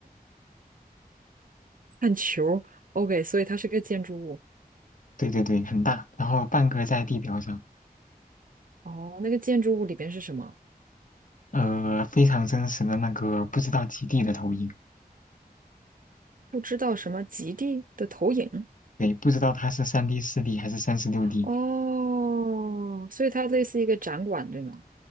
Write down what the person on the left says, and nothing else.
对对对，很大，然后半个在地表上，
呃，非常真实的那个不知道几 D 的投影，
对，不知道它是三 d 四 d 还是三十六 d